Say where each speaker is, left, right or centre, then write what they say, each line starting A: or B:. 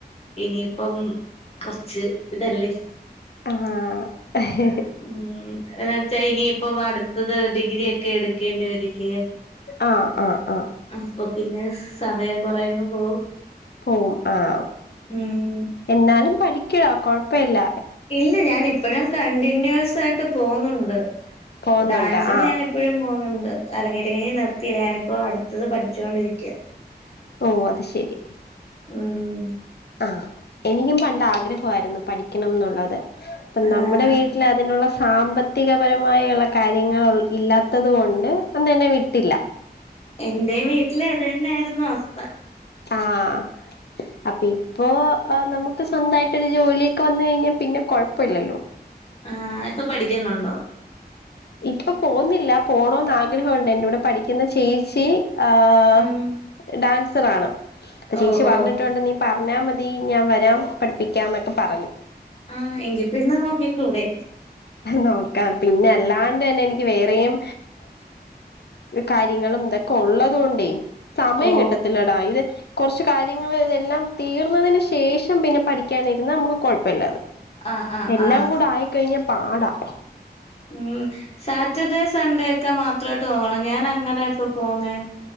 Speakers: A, on the left; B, on the left.
A: ഇനിയിപ്പം കൊറച്ച് ഇതല്ലേ
B: ആഹ്
A: ഉം എന്നുവെച്ചാൽ ഇപ്പം അടുത്തത് ഡിഗ്രി ഒക്കെ എടുക്കേണ്ടി വരില്ലേ
B: ആഹ് ആഹ് ആഹ്
A: അപ്പൊ പിന്നെ സമയം കൊറെയങ് പോവും
B: പോവും ആഹ്
A: ഉം
B: എന്നാലും പഠിക്കടൊ കൊഴപ്പമില്ല
A: ഇല്ല ഞാൻ ഇപ്പോഴും കണ്ടിന്യൂസ് ആയിട്ട് പോന്നുണ്ട്
B: പോകുന്നുണ്ട്
A: ഡാൻസിന്
B: ആഹ്
A: ഞൻ ഇപ്പോഴും പോകുന്നുണ്ട് അരങ്ങേറ്റം കഴിഞ്ഞിട്ട് നിർത്തിയില്ല ഞാനിപ്പോ അടുത്തത് പഠിച്ചുകൊണ്ടിരിക്കയ
B: ഓ അത് ശെരി
A: ഉം
B: ആഹ എനിക്കും പണ്ട് ആഗ്രഹമായിരുന്നു പഠിക്കണം എന്നുള്ളത് അപ്പം
A: ആഹ്
B: നമ്മുടെ വീട്ടിൽ അതിനുള്ള സാമ്പത്തികപരമായ്ള്ള കാര്യങ്ങള് ഇല്ലാത്തത് കൊണ്ട് അന്ന്ന്നെവിട്ടില്ല
A: എന്റേം വീട്ടില് അതന്നെ ആയിരുന്നു അവസ്ഥ
B: ആഹ് അപ്പ് ഇപ്പോ ആഹ് നമുക്ക് സ്വന്തമായിട്ടൊരു ജോലിയൊക്കെ വന്നേയ്ഞ്ഞ പിന്നെ കൊഴപ്പല്ലല്ലോ
A: ആഹ് ഇപ്പ പഠിക്കുന്നുണ്ടോ
B: ഇപ്പൊ പോന്നില്ല പോണോന് ആഗ്രഹോണ്ട് എന്റുടെ പഠിക്കുന്ന ചേച്ചി ആഹ്
A: ഉം
B: ഡാൻസറാണ് അപ്പ ചേച്ചി
A: ഓ
B: പറഞ്ഞിട്ടൊണ്ട്
A: ഓ
B: നീ പറഞ്ഞാ മതി ഞാൻ വരാം പഠിപ്പിക്കാം ന്നൊക്കെപറഞ്ഞു
A: ആഹ് എങ്കിപിന്നെ നോക്കിക്കൂടെ
B: നോക്കാം പിന്നെല്ലാണ്ടെന്നെ എനിക്ക് വേറേം കാര്യങ്ങളുംതൊക്കെ ഉള്ളത് കൊണ്ടേയ് സമയം
A: ഓ
B: കിട്ടത്തില്ലടാ ഇത് കൊറ്ച്ച് കാര്യങ്ങള് ഇതെല്ലാം തീർന്നതിന്ശേഷം പിന്നെ പഠിക്കാനെ ര്ന്ന നാമക്ക് കൊഴപ്പല്ലാ
A: ആഹ് ആഹ്
B: എല്ലാം
A: ആഹ്
B: കൂടആയിക്കഴിഞ്ഞ പാടാ
A: ഉം സാറ്റർഡേ സൺഡേക്കെ മാത്രായിട്ട് പോവണം ഞാൻ അങ്ങനാ ഇപ്പ പോന്നേ